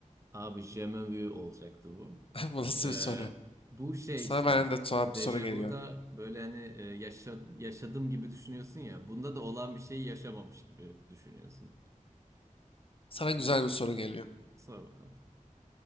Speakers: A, on the right (about 20°); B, on the left (about 40°).
A: Abi je m'avoue olacaktı bu.
B: <laughs> Bu nasıl
A: Ee,
B: bir soru?
A: bu şey
B: Sana
A: işte
B: benden de tuhaf
A: dejavuda
B: bir soru geliyor.
A: böyle hani e, yaşa- yaşadım gibi düşünüyorsun ya. Bunda da olan bir şeyi yaşamamış gibi düşünüyorsun.
B: Sana güzel bir soru geliyor.
A: Sor bakalım.